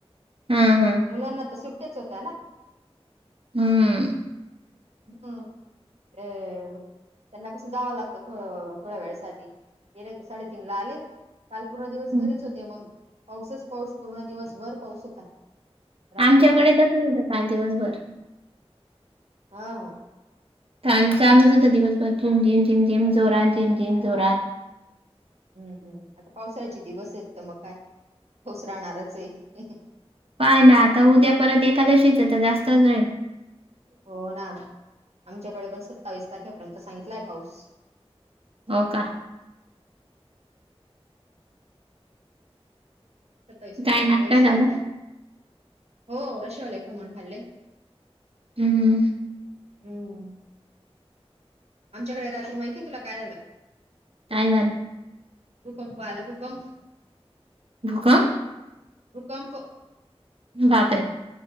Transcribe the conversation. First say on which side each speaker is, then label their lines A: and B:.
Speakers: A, on the right; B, on the right.
A: हम्-हम
B: मुलांना त सुट्ट्याच होत्या ना
A: हम्म
B: म्ं ते <inaudible> त्यांना कसं जावं लागतं थो-थोड्या वेळासाठी गेले ते साडेतीनला आले. काल पूर्ण दिवस घरीच
A: हम्म.
B: होते. मग, पाऊसच पाऊस पूर्ण दिवस भर पाऊस होता. रात्री
A: आमच्याकडे
B: पण
A: तसंच होतं काल दिवसभर.
B: हा
A: चालूच होता दिवसभर झिम- झिम- झिम -झिम जोरात झिम- झिम जोरात
B: हम्म- हम्म आता पावसाळ्याचे दिवस आहेत त मग काय पाऊस राहणारचे हुं-हुं
A: पाय ना आता उद्या परत एकादशीचं त जास्तच राहील.
B: हो ना आमच्याकडे पण सत्तावीस तारखेपर्यंत सांगितलाय पाऊस.
A: हो का?
B: सत्तावीस पर्यंत
A: काय नाश्ता
B: पाऊस सांगितलाय,
A: झाला?
B: हो रशावाले खमण खाल्ले.
A: हम्म
B: हम्म आमच्याकडे रात्री माहितीये तुला काय झालं?
A: काय झालं?
B: भूकंपं आला भूकंप
A: भूकंप
B: भुकंपं
A: बापरे!